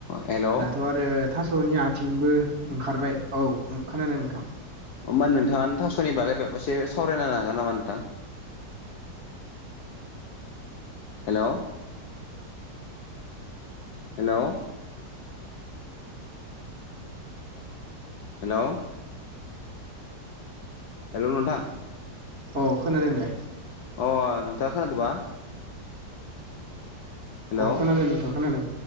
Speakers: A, on the left (about 65°); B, on the right (about 40°).
A: हेलौ।
B: अ आरो थास'नि आइथिंबो ओंखारबाय औ खोनादों नोंथां।
A: होमबा नोंथाङानो थास'नि बागै एसे सावरायनो हागोन नामा? नोंथां। हेलौ। हेलौ। हेलौ। हेलौ नोंथां।
B: औ खोनादों दे।
A: अ नोंथाङा खोनादोंबा। हेलौ
B: औ खोनादों नोंथां खोनादों